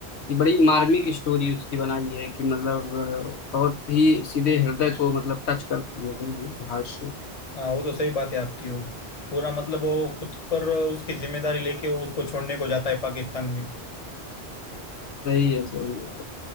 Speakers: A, on the left; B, on the left.
A: ये बड़ी मार्मिक स्टोरी उसकी बनाई है कि मतलब अ, बहुत ही सीधे हृदय को मतलब टच करती है वो भाई को
B: हाँ वो तो सही बात है आपकी वो पूरा मतलब वो खुद पर उसकी जिम्मेदारी लेके वो उसको छोड़ने को जाता है पाकिस्तान में
A: सही है सही है